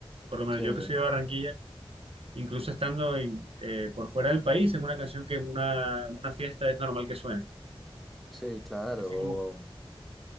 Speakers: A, on the right; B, in the centre.
A: por lo menos
B: sí,
A: yo que soy de Barranquilla incluso estando en, eh, por fuera del país, es una canción que en una, en una fiesta es normal que suene.
B: sí, claro.
A: Así como